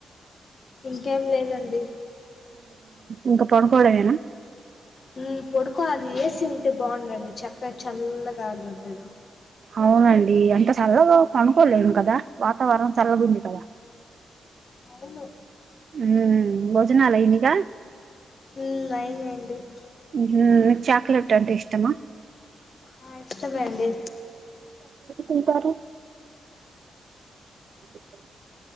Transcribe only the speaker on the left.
ఇంకేం లేదండి
హ్మ్ పొడుకోలి ఎసి ఉంటే బాగుండండి చక్కగా చల్లగాలి ఉండేది
అవును
మ్ అవునండి
ఆ ఇష్టమే అండి